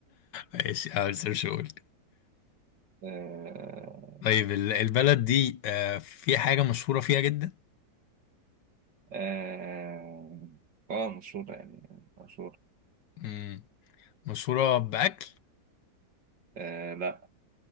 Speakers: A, on the left; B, on the right.
A: ماشي اه لسه مش هقول
B: آه
A: طيب ال- البلد دي آه، في حاجة مشهورة فيها جدا
B: آه آه، مشهورة يعني مشهورة
A: مم. مشهورة بأكل
B: آه لا